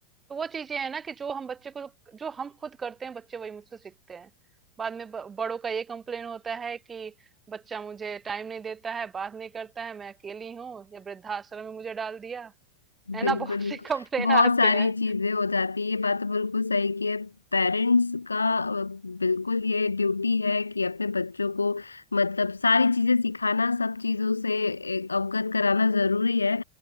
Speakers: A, on the right; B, on the left.
A: तो वो चीजें है ना कि जो हम बच्चे को जो हम खुद करते हैं बच्चे वही मुझसे सीखते हैं बाद में ब- बड़ों का ये कंप्लेन होता है कि बच्चा मुझे टाइम नहीं देता है बात नहीं करता है मैं अकेली हूँ या वृद्धाश्रम में मुझे डाल दिया है
B: बिल्कुल
A: ना <laughs> बहुत सी कंप्लेन
B: बहुत
A: आते
B: सारी
A: हैं
B: चीजें हो जाती है ये बात तो बिल्कुल सही की है पेरेंट्स का अ, बिल्कुल ये ड्यूटी है कि अपने बच्चों को मतलब सारी चीजें सिखाना सब चीजों से एक अवगत कराना जरूरी है